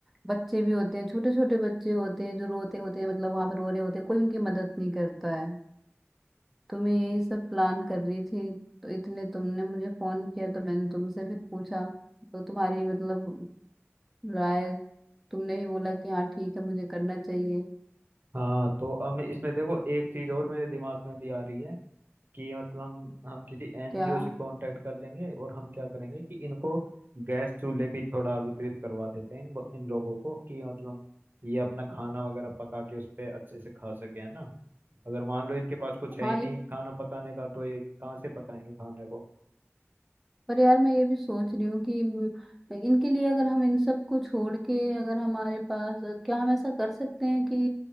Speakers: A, in the centre; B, on the right.
A: बच्चे भी होते हैं छोटे छोटे बच्चे होते हैं जो रोते होते हैं मतलब वहां पर रो रहे होते हैं कोई उनकी मदद नहीं करता है तो मैं यही सब प्लान कर रही थी तो इतने तुमने मुझे फोन किया तो मैंने तुमसे फिर पूछा तो तुम्हारी मतलब राय तुमने ही बोला कि हाँ ठीक है मुझे करना चाहिए
B: हाँ तो अब मैं इसमें देखो एक चीज और मेरे दिमाग में भी आ रही है कि मतलब हम किसी एनजीओ
A: क्या
B: से कांटेक्ट कर लेंगे और हम क्या करेंगे कि इनको गैस चूल्हे भी थोड़ा वितरित करवा देते हैं इन इन लोगों को कि मतलब ये अपना खाना वगैरह पका के उस पर अच्छे से खा सके है ना अगर मान लो इनके पास कुछ है
A: हाँ
B: ही नहीं
A: ये
B: खाना पकाने का तो ये कहाँ से पकाएंगे खाने को
A: पर यार मैं ये भी सोच रही हूँ कि म- इनके लिए अगर हम इन सब को छोड़ के अगर हमारे पास क्या हम ऐसा कर सकते हैं कि